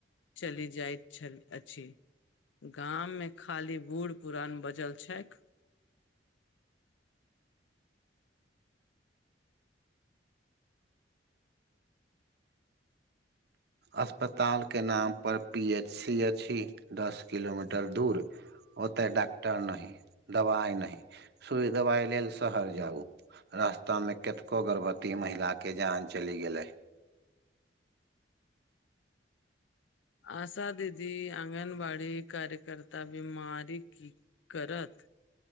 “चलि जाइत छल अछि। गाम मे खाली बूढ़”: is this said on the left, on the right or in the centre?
Left